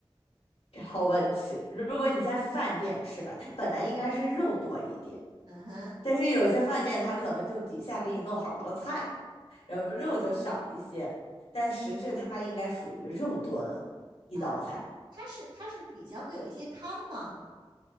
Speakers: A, on the left; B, on the right.
A: 好问题。如果你在饭店吃吧，它本来应该是肉多一点，
B: 嗯哼
A: 但是有些饭店它可能就底下给你弄好多菜，然后肉就少一些，但实质它应该属于肉多的一道菜。
B: 啊，它是它是底下会有一些汤吗？